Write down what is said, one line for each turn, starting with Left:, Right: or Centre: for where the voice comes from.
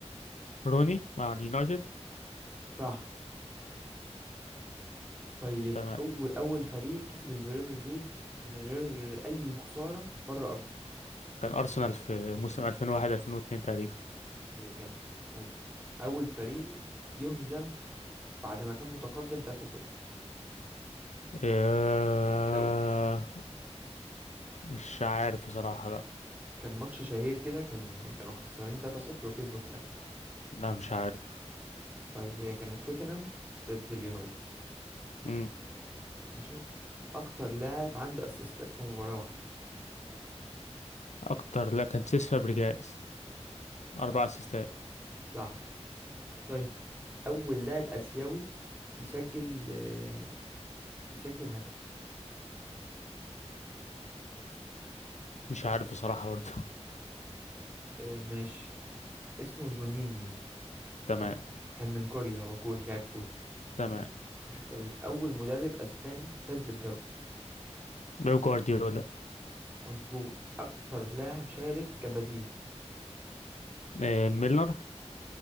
Left: روني مع اليونايتد
Right: صح طيب
Left: تمام
Right: أول أول فريق كسب البريمير ليج من غير أي خسارة بره أرضه
Left: كان أرسنال في موسم 2001 2002 تقريبا
Right: أيوة جامد حلو أول فريق يهزم بعد ما كان متقدم 3-0
Left: آه
Right: في الدوري
Left: مش عارف بصراحة لا
Right: كان ماتش شهير كده كان كانوا خسرانين 3-0 وكسبوا في الآخر
Left: لا مش عارف
Right: طيب هي كانت توتنهام ضد اليونايتد
Left: مم.
Right: ماشي أكتر لاعب عنده أسيستات في مباراة واحدة
Left: أكتر لا كان سيس فابريجاس أربع
Right: صح
Left: أسيستات
Right: صح طيب أول لاعب آسيوي يسجل آه، يسجل هدف
Left: مش عارف بصراحة برضه <laughs>
Right: آه، ماشي اسمه جونينيو
Left: تمام
Right: تمام كان من كوريا هو كوري لاعب كوري
Left: تمام
Right: طيب أول مدرب أسباني فاز بالدوري
Left: بيب جوارديولا
Right: مظبوط أكتر لاعب شارك كبديل
Left: آه ميلنر